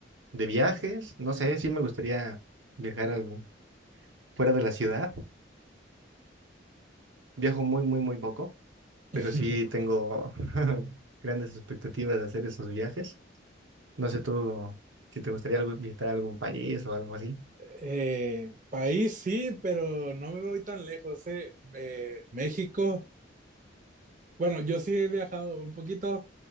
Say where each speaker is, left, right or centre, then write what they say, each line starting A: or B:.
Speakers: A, on the right; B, on the right.
A: de viajes? No sé, sí me gustaría viajar al- fuera de la ciudad Viajo muy, muy, muy poco, pero
B: <laughs>
A: sí tengo <laughs> grandes expectativas de hacer esos viajes. No sé tú si te gustaría algo- visitar algún país o algo así.
B: Eh, país sí, pero no me voy tan lejos, eh. Eh, México. Bueno, yo sí he viajado un poquito,